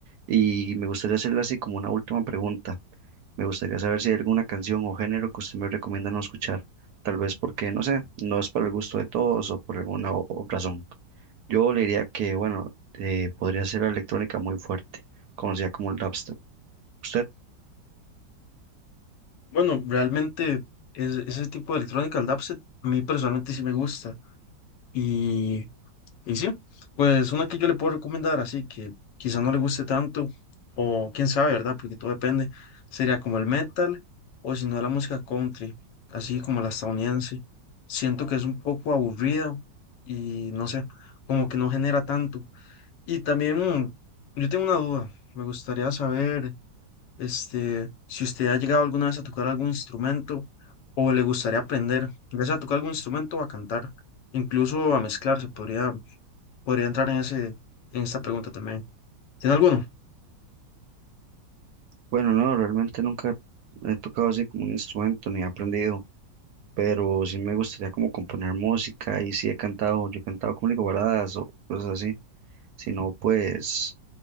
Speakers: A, on the right; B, on the left.
A: y me gustaría hacerle así como una última pregunta, me gustaría saber si hay alguna canción o género que usted me recomienda no escuchar, tal vez porque, no sé, no es para el gusto de todos o por alguna o- o razón. Yo le diría que, bueno, eh, podría ser la electrónica muy fuerte, conocida como el dubstep. ¿Usted?
B: Bueno, realmente es- ese tipo de electrónica, el dubstep, a mí personalmente sí me gusta. Y, y sí, pues una que yo le puedo recomendar, así que quizá no le guste tanto, o quién sabe, ¿verdad? Porque todo depende. Sería como el metal, o si no, la música country, así como la estadounidense. Siento que es un poco aburrida y no sé, como que no genera tanto. Y también mm, yo tengo una duda, me gustaría saber. Este, si usted ha llegado alguna vez a tocar algún instrumento o le gustaría aprender, ya sea a tocar algún instrumento o a cantar, incluso a mezclar, se podría, podría entrar en ese, en esta pregunta también. ¿Tiene alguno?
A: Bueno, no, realmente nunca he tocado así como un instrumento ni he aprendido, pero sí me gustaría como componer música y sí he cantado, yo he cantado como le digo, baladas o cosas así, si no, pues,